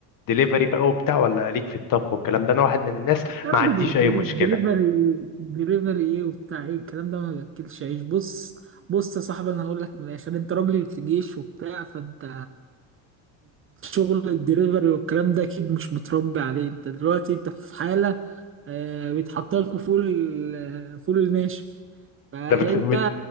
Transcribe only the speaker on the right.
يا راجل
الدلي-
الدليفري الدليفري ايه وبتاع ايه الكلام ده ما باكلش عيش بص بص يا صاحبي انا هقول لك من الاخر انت راجل في جيش وبتاع فانت شغل الدليفري والكلام ده اكيد مش متربي عليه انت دلوقتي انت في حالة آه، بيتحط لكم فول ال- فول الناشف فانت